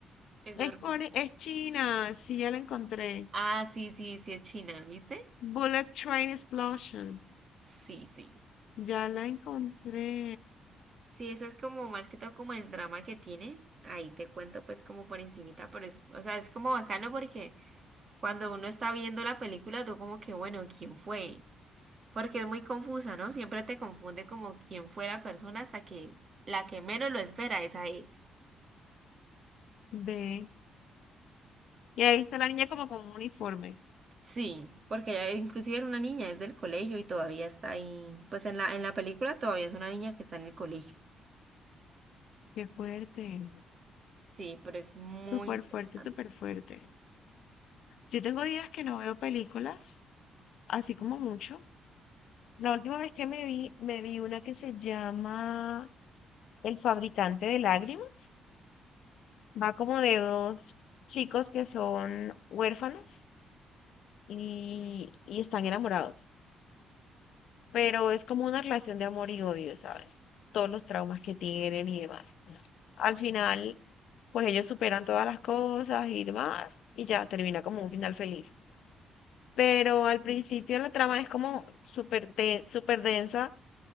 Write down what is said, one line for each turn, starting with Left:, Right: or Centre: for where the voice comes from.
Right: Es
Left: Es,
Right: de...
Left: core- es China. Sí, ya la encontré.
Right: Ah, sí, sí, sí, es China, ¿viste?
Left: Bullet Train Explosion.
Right: Sí, sí.
Left: Ya la encontré.
Right: Sí, eso es como más que todo como el drama que tiene. Ahí te cuento pues como por encimita, pero es, o sea, es como bacano porque cuando uno está viendo la película, tú como que, bueno, ¿quién fue? Porque es muy confusa, ¿no? Siempre te confunde como quién fue la persona hasta que la que menos lo espera, esa es.
Left: Ve. Y ahí está la niña como con un uniforme.
Right: Sí, porque ella inclusive era una niña, es del colegio y todavía está ahí. Pues en la, en la película todavía es una niña que está en el colegio.
Left: Qué fuerte.
Right: Sí, pero es muy
Left: Súper
Right: interesante.
Left: fuerte, súper fuerte. Yo tengo días que no veo películas, así como mucho. La última vez que me vi, me vi una que se llama El fabricante de lágrimas. Va como de dos chicos que son huérfanos y, y están enamorados. Pero es como una relación de amor y odio, ¿sabes? Todos los traumas que tienen y demás. Al final, pues ellos superan todas las cosas y demás, y ya termina como un final feliz. Pero al principio la trama es como súper de- súper densa